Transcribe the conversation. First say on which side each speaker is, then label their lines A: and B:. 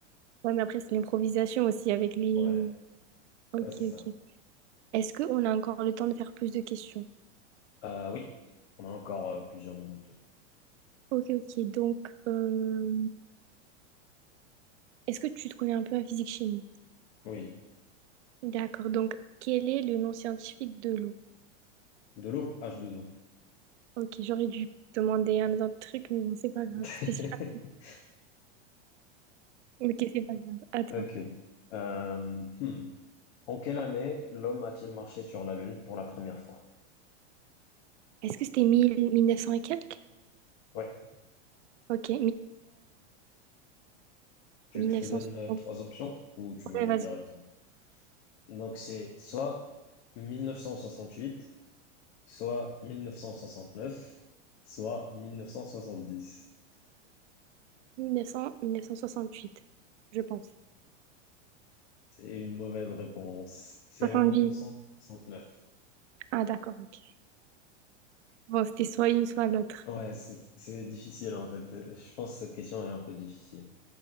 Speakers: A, on the right; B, on the left.
A: Ouais, mais après, c'est l'improvisation aussi avec les...
B: Ouais,
A: Ok,
B: ouais, c'est
A: ok.
B: ça.
A: Est-ce qu'on a encore le temps de faire plus de questions?
B: Euh, oui, on a encore euh, plusieurs minutes.
A: Ok, ok. Donc, euh, est-ce que tu te connais un peu en physique-chimie?
B: Oui,
A: D'accord. Donc, quel est le nom scientifique de l'eau?
B: de l'eau, H2O.
A: Ok, j'aurais dû demander un autre truc, mais bon, c'est pas
B: <laughs>
A: grave. C'était super. Ok, c'est pas grave. Attends.
B: Ok. Euh, hmm. En quelle année l'homme a-t-il marché sur la Lune pour la première fois?
A: Est-ce que c'était mille mille neuf 1900 et quelques?
B: Ouais.
A: Ok,
B: Tu
A: 1900...
B: veux que je te donne
A: 1960.
B: euh, trois options ou tu veux
A: Ouais, vas-y.
B: directement. Donc c'est soit 1968, soit 1969, soit 1970.
A: mille neuf cents, mille neuf cent soixante-huit je pense.
B: C'est une mauvaise réponse. C'est
A: soixante-dix
B: en 1969.
A: Ah, d'accord, ok. Bon, c'était soit une, soit l'autre.
B: Ouais, c'est c'est difficile en fait. Je pense que cette question est un peu difficile.